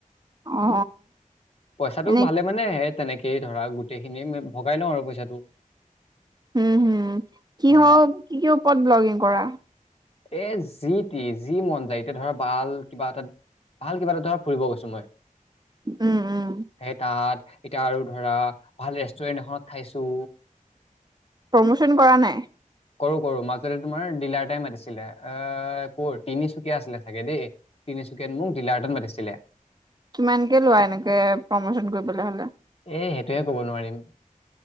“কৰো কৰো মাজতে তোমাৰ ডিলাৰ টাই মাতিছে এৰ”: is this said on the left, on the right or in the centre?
Left